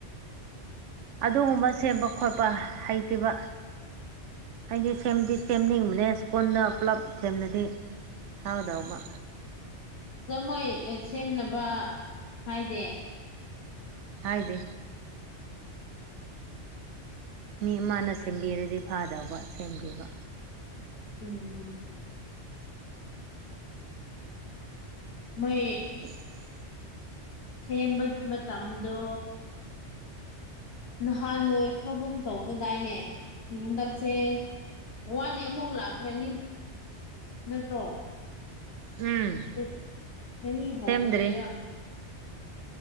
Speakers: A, on the right; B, on the left.
A: ꯑꯗꯨꯒꯨꯝꯕ ꯁꯦꯝꯕꯥ ꯈꯣꯠꯄꯥ ꯍꯩꯇ‌ꯦꯕꯥ ꯍꯥꯏꯗꯤ ꯁꯦꯝꯗꯤ ꯁꯦꯝꯅꯤꯡꯕꯅꯦ ꯁ꯭ꯀꯨꯜꯗ ꯄꯨꯂꯞ ꯁꯦꯝꯗꯔꯗꯤ ꯐꯒꯗꯧꯕ
B: ꯑꯗ‌ꯣ ꯃꯣꯏ ꯁꯦꯝꯅꯥꯕ ꯍꯥꯏꯗꯦ
A: ꯍꯥꯏꯗꯦ ꯃꯤ ꯑꯃꯥꯅ ꯁꯦꯝꯕꯤꯔꯥꯗꯤ ꯐꯥꯗꯧꯕ ꯁꯦꯝꯕꯤꯕ
B: ꯎꯝ ꯃ‌ꯣꯏ
A: <unintelligible>
B: ꯁꯦꯝꯕꯥꯚꯤ ꯃꯇꯃꯗꯣ ꯅꯍꯥꯟ ꯂꯣꯏꯈ꯭ꯔꯒꯨꯝ ꯇꯧꯕꯗꯥꯏꯅꯦ ꯍꯟꯗꯛꯁꯦ ꯋꯥꯠꯂꯤ ꯑꯃꯨꯛ ꯂꯥꯛꯈ꯭ꯔꯥꯅꯤ ꯅꯠꯇ꯭ꯔꯣ
A: ꯎꯝ
B: ꯑꯥ ꯆꯍꯤ ꯍꯧꯕꯗꯩꯔꯥ
A: ꯁꯦꯝꯗ꯭ꯔꯤ